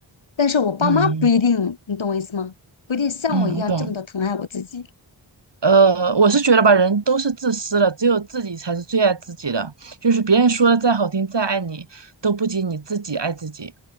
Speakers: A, on the left (about 75°); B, on the right (about 60°).
A: 但是我爸妈不一定，
B: 嗯
A: 你懂我意思吗？不一定像我一样这么的疼爱我自己。
B: 嗯，我懂。呃，我是觉得吧，人都是自私的，只有自己才是最爱自己的。就是别人说的再好听、再爱你，都不及你自己爱自己。